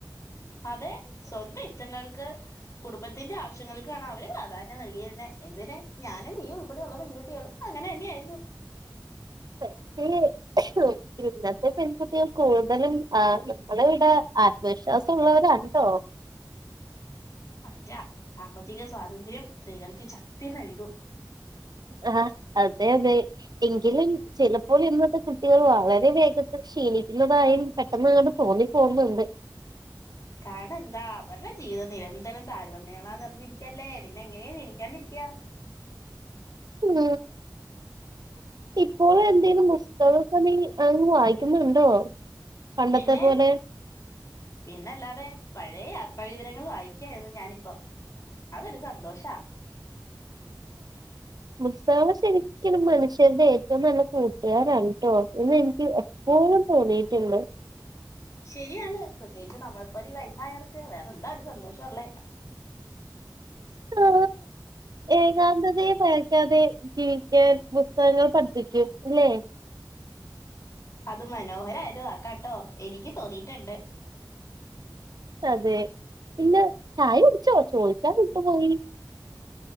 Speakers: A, on the left; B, on the right.
A: അതെ സ്വന്തം ഇഷ്ടങ്ങൾക്ക് കുടുംബത്തിന്റെ ആവശ്യങ്ങൾക്കാണ് അവര് പ്രാധാന്യം നൽകിരുന്നെ എന്തിന് ഞാനും നീയും ഉൾപ്പെടെയുള്ള പെൺകുട്ടികളും അങ്ങനെയന്നെആയിരുന്നു
B: പക്ഷേ ഇന്നത്തെ പെൺകുട്ടികൾ കൂടുതലും ആ നമ്മുൾ ഇവിടെ ആത്മവിശ്വാസം ഉള്ളവരാണ് ട്ടോ
A: റ്റ സാമ്പത്തിക സ്വാതന്ത്ര്യം സ്ത്രീകൾക്ക് ചക്തി നൽകും
B: ആ അതെതെ എങ്കിലും ചിലപ്പോൾ ഇന്നത്തെ കുട്ടികൾ വളരെ വേഗത്തിൽ ക്ഷീണിക്കുന്നതായും പെട്ടെന്നാണ് തോന്നിപ്പോന്നുണ്ട്
A: കാരണം എന്താ അവരുടെ ജീവിതം നിരന്തരം താരതമ്യളാന്ന്റിഞ്ഞിരിക്കല്ലേ പിന്നെ എങ്ങനെയ ക്ഷീണിക്കാണ്ടരിക്യാ
B: ഉം ഇപ്പോൾ എന്തെലും പുസ്തക പണി അങ്ങ് വായിക്കുന്നുണ്ടോ പണ്ടത്തെ
A: പിന്നെ
B: പോലെ
A: പിന്നല്ലാതെ പഴയ യാത്രാ വിവരങ്ങൾ വായിക്കായിരുന്നു ഞാനിപ്പോ അതൊരു സന്തോഷാ
B: ഉൽസവം ശരിക്കും മനുഷ്യരുടെ ഒക്കെ നല്ല കൂട്ടുകാര ആണ് ട്ടോ ഇന്ന് എനിക്ക് എപ്പോഴും തോന്നീയിട്ടുണ്ട്
A: ശരിയാണ് പ്രത്യേകിച്ച് നമ്മളെപ്പോല ഈ വയസായവർക്ക് വേറെ എന്താ ഒരു സന്തോഷ ഉള്ളേ
B: ആ ഏകാന്തതയെ ഭയക്കാതെ ചിരിക്കാൻ പുസ്തകങ്ങൾ പഠിപ്പിക്കും ഇല്ലേ
A: അത് മനോഹരായൊരു വാക്കാ ട്ടോ എനിക്ക് തോന്നീട്ടുണ്ട്.
B: അതെ പിന്നെ ചായ കുടിച്ചോ? ചോദിക്കാൻ വിട്ടുപോയി.